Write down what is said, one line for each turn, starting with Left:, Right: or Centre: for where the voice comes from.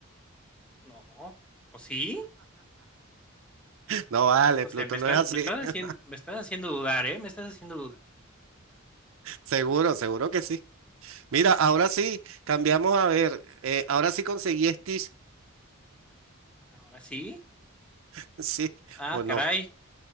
Centre: No, ¿o sí?
Right: No vale,
Centre: No
Right: Pluto
Centre: sé, me está,
Right: no es así.
Centre: me estás
Right: <laughs>
Centre: haciendo, me estás haciendo dudar, ¿eh? Me estás haciendo dudar.
Right: Seguro, seguro que sí. Mira, ahora sí, cambiamos a ver. eh, ahora sí conseguí Stitch,
Centre: Ahora sí.
Right: <laughs> sí
Centre: Ah,
Right: o
Centre: caray.
Right: no.